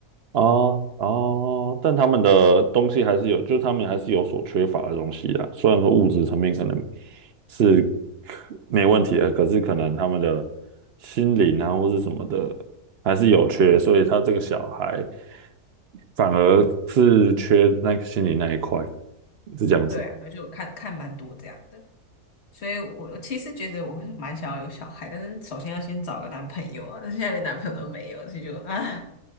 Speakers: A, on the right; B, on the left.
A: 哦哦，但他们的东西还是有，就是他们还是有所缺乏的东西啦。虽然说物质层面可能是可没问题的，可是可能他们的心灵啊或是什么的还是有缺，所以他这个小孩反而是缺那个心理那一块，是这样子。
B: 对啊，对，就我看看蛮多这样的，所以我其实觉得我会蛮想要有小孩，但是首先要先找个男朋友啊，但是现在连男朋友都没有，所以就啊。